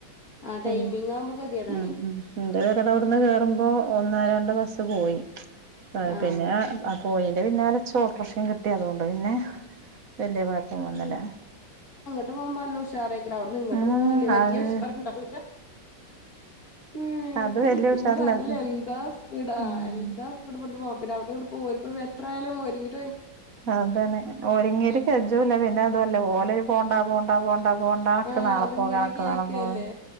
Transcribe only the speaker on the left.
ആഹ് ടൈമിങ്
ആവുമ്പോ ഗതികേടാണ്
ആഹ്
അങ്ങോട്ട് പോകുമ്പ നല്ല ഉഷാറായിക്കരം അവിടുന്ന് ഇങ്ങോട്ട്
പോക വ വല്യ
ഉഷാറുണ്ടാവൂല ഉം
ഇവിടെ
നല്ല എന്താ സ്പീഡ ആ
എന്താ സ്പീഡുബിട്ന്ന് പിന്നെ അവിടെ ഇങ്ങ പോ പോരുമ്പോ എത്രായാലും ഒരുങ്ങി
ആഹ്
അതിങ്ങനെ
കേക്കല്ലേ